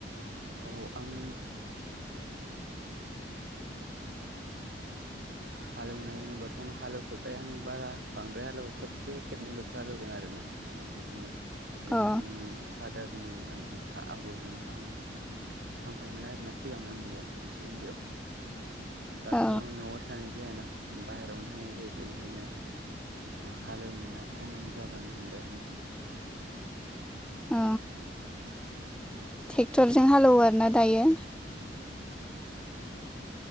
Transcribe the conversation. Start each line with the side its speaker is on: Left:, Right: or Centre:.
Right: औ आं हालेवनाय होनोब्लाथ' आं हालेवफेरबाय आं बारा बांद्राय हालेवो खेबसे खेबनैल'सो हालेवदों आरो ना ओ बिदिनो जोंहानि
Centre: अ
Right: फादारनि ओ बिफा आबौजों आं थांफायोमोन आरोना सिगां उन्दैयाव एसे उन्दैयाव दाथ'
Centre: औ
Right: न' थानाय जाया ना बाहेरायावनो थानाय जायो बेनिखायनो हालेवनाया खम जालांनो हमबाय आरो ना।
Centre: ओ ट्रेक्टरजों हालेवो आरो ना दायो।